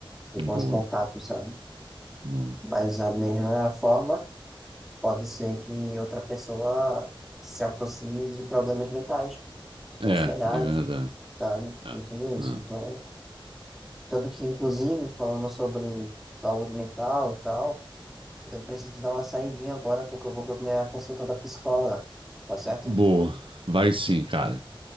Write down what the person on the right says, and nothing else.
Boa,
boa.
É,
é verdade.
É.
Ah.
Boa. Vai sim, cara.